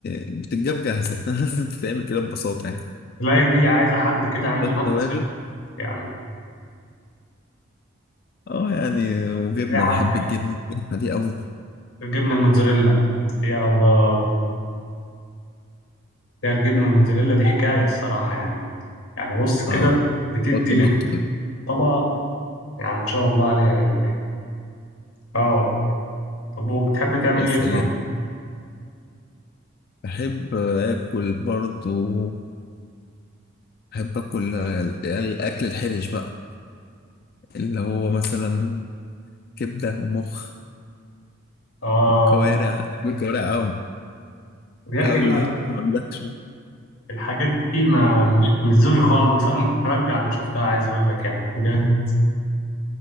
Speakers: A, on the left (about 45°); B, on the left (about 85°).
A: بتتجاب جاهزة <laughs> بتتعمل كده ببساطة يعني
B: لا دي عايزة حد كده عنده
A: بس
B: نفس
A: توابل
B: خفيف يعني
A: اه يعني وجبنة
B: أي حد
A: بحب
B: يعني
A: الجبنة الجبنة دي أوي
B: الجبنة الموتزاريلا يا الله يا الجبنة الموتزاريلا دي حكاية الصراحة يعني يعني بص كده
A: اه
B: بتدي
A: بط مط كده
B: للطبق يعني ما شاء الله عليها يعني اه طب وبتحب تعمل
A: يا
B: ايه
A: سلام
B: تاني؟
A: بحب آكل برضو بحب آكل الأكل الحرش بقى اللي هو مثلا كبدة ومخ
B: اه
A: وكوارع أنا كوارع أوي
B: يا اخي
A: أوي
B: لا
A: ما عندكش
B: الحاجات دي ما مش مش ذوقي خالص انا ممكن ارجع لو شفتها عايز اقول لك يعني بجد